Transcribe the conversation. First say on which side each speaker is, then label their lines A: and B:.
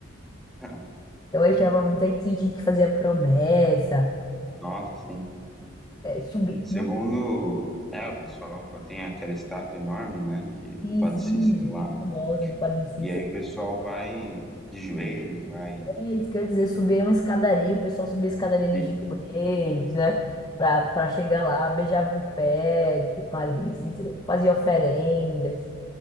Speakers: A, in the centre; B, on the left.
A: <laughs>
B: Eu achava muito. Aí tinha gente que fazia promessa.
A: Nossa, sim.
B: É, subir.
A: Segundo, é, o pessoal tem aquela estátua enorme, né, de,
B: Sim,
A: do Padre
B: sim.
A: Cícero lá.
B: Famosa do Padre Cícero.
A: E aí o pessoal vai de joelho, vai.
B: É isso, quer dizer, subir uma escadaria, o pessoal subia a escadaria de
A: Sim.
B: joelhos, né? Pra, pra chegar lá, beijava o pé do Padre Cícero, fazia oferendas.